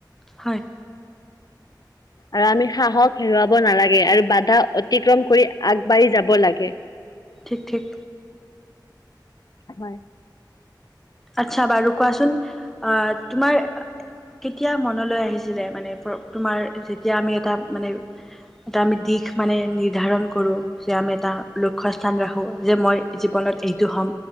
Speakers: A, in the centre; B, on the left.
A: হয়।
B: আৰু আমি সাহস হেৰুৱাব নালাগে আৰু বাধা অতিক্ৰম কৰি আগবাঢ়ি যাব লাগে।
A: ঠিক ঠিক।
B: হয়।
A: আচ্ছা বাৰু কোৱাচোন অ তোমাৰ কেতিয়া মনলৈ আহিছিলে মানে তোমাৰ? যেতিয়া আমি এটা মানে এটা আমি দিশ মানে নিৰ্ধাৰণ কৰো যে আমি এটা লক্ষ্য স্থান ৰাখো যে মই জীৱনত এইটো হম